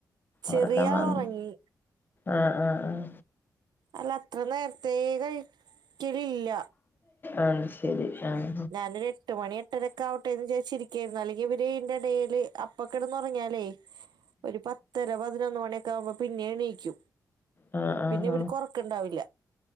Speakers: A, on the right; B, on the left.
A: ചെറിയ
B: ഒറക്കം
A: ആള്
B: വന്ന്
A: ഒറങ്ങി
B: ആഹ് ആഹ് ആഹ്
A: അല്ല അത്ര നേരത്തേ കഴിക്കലില്ല
B: അത് ശരി ആഹ്
A: ഞാനൊരു എട്ട് മണി എട്ടരൊക്കെ ആവട്ടെ എന്ന് ചോദച്ചിരിക്കയായിരുന്നു അല്ലെങ്കിൽ ഇവര് ഇന്റെ ഇടയിൽ അപ്പൊക്കെടന്ന് ഒറങ്ങിയാലേ ഒരു പത്തര പതിനൊന്ന് മണിയൊക്കെ ആവുമ്പോ പിന്നെ എണീക്കും
B: ആഹ് ആഹ്
A: പിന്നെ ഇവര്ക് ഒറക്കണ്ടാവില്ല